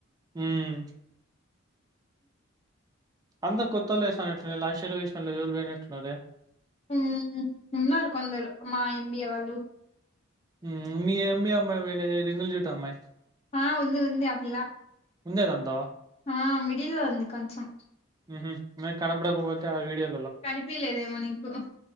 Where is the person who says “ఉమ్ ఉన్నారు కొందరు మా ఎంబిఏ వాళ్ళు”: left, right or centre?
Left